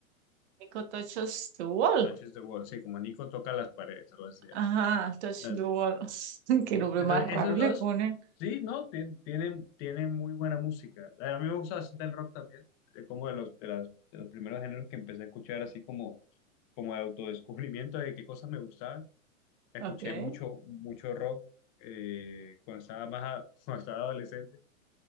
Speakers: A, on the right (about 55°); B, on the left (about 30°).
A: Eco Touches the Wall.
B: Touches the Wall, sí, como Nico toca las paredes, algo así.
A: Ajá. Touch
B: Entonces,
A: the Wall. <laughs> Qué nombre
B: entonces,
A: más raro
B: esos
A: le
B: dos,
A: ponen.
B: sí, ¿no? Tien- Tienen, tienen muy buena música. Eh, A mí me gusta bastante el rock también, eh, como de los, de las- de los primeros géneros que empecé a escuchar, así como, como de autodescubrimiento de qué cosas me gustaban. escuché
A: Ok.
B: mucho, mucho rock eh, cuando estaba más, a- <laughs> cuando estaba adolescente.